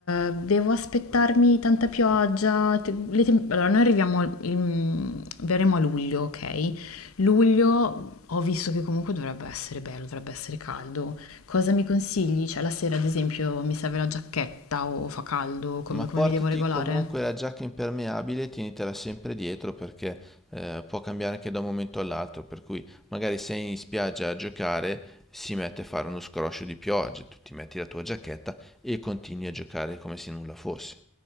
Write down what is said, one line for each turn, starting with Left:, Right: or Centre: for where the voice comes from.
Left: eh, devo aspettarmi tanta pioggia. Te- le tem- allora, noi arriviamo, in- verremo a luglio, ok? Luglio ho visto che comunque dovrebbe essere bello, dovrebbe essere caldo. Cosa mi consigli? Cioè, la sera, ad esempio, mi serve la giacchetta o fa caldo? Come,
Centre: Ma portati
Left: come mi devo regolare?
Centre: comunque la giacca impermeabile, tienitela sempre dietro perché eh, può cambiare anche da un momento all'altro, per cui magari sei in spiaggia a giocare, si mette a fare uno scroscio di pioggia, tu ti metti la tua giacchetta e continui a giocare come se nulla fosse.